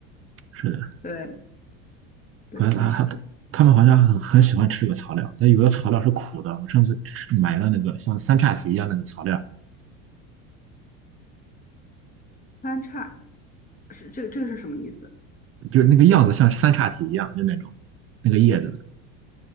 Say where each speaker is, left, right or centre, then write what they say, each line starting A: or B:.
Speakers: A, on the right; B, on the left.
A: 是的，
B: 对对，
A: 好像他他他们好像很很喜欢吃这个草料，
B: 确实，
A: 但有的草料是苦的。我上次吃买了那个像三叉戟一样那个草料，
B: 番差是这个这个是什么意思？
A: 就是那个样子像三叉戟一样，就那种那个叶子，